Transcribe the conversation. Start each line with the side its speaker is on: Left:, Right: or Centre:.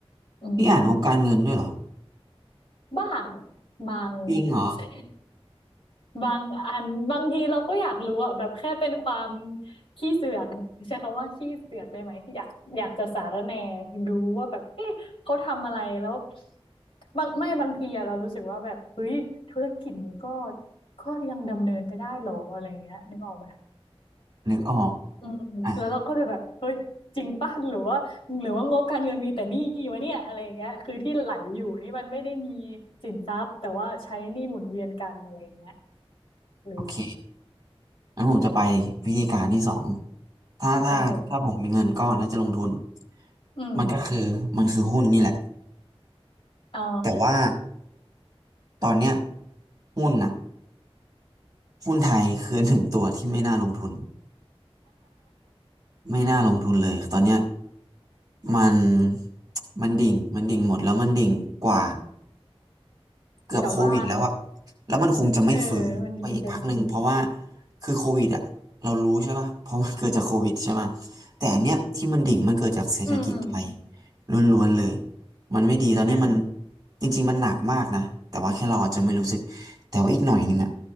Left: อืม
Right: พี่อ่านงบการเงินด้วยเหรอ
Left: บ้างบาง
Right: จริงเหรอ
Left: <laughs> บางอันบางทีเราก็อยากรู้อะแบบแค่เป็นความขี้เสือกใช้คำว่าขี้เสือกได้ไหมที่อยากอยากจะสารแหน่รู้ว่าแบบเอ๊ะเขาทำอะไรแล้วบางไม่บางทีอะเรารู้สึกว่าแบบเฮ้ยธุรกิจนี้ก็ก็ยังดำเนินไปได้หรออะไรเงี้ยนึกออกไหม
Right: นึกออก
Left: อืมแล้วเราก็จะแบบเฮ้ยจริงป่ะหรือว่าหรือว่างบการเงินมีแต่หนี้วะเนี่ยอะไรอย่างเงี้ยคือที่ไหลอยู่นี่มันไม่ได้มี
Right: อ่ะ
Left: สินทรัพย์แต่ว่าใช้หนี้หมุนเวียนกันอะไรอย่างเงี้ยอืม
Right: โอเคงั้นผมจะไปวิธีการที่สองถ้าถ้าถ้าผมมีเงินก้อนแล้วจะลงทุน
Left: โอเคอืม
Right: มันก็คือมันคือหุ้นนี่แหละ
Left: อ๋อ
Right: แต่ว่าตอนเนี้ยหุ้นอ่ะ หุ้นไทยคือ <laughs> หนึ่งตัวที่ไม่น่าลงทุนไม่น่าลงทุนเลยตอนเนี้ยมันมันดิ่งมันดิ่งหมดแล้วมันดิ่งกว่า
Left: <laughs>
Right: เกือบโควิดแล้วอะ
Left: แถวบ้าน
Right: แล้วมันคงจะไม่ฟื้นไปอีกพักหนึ่งเพราะว่า
Left: เออมันดีเกัน
Right: คือโควิดอะเรารู้ใช่ป่ะเพราะมันเกิดจากโควิดใช่ไหมแต่อันเนี้ยที่มันดิ่งมันเกิดจากเศรษฐกิจไทย
Left: อืมอืม
Right: ล้วนๆเลย มันไม่ดีตอนนี้มัน
Left: อ่า
Right: จริงๆมันหนักมากนะแต่ว่าแค่เราอาจจะไม่รู้สึกแต่ว่าอีกหน่อยหนึงอะ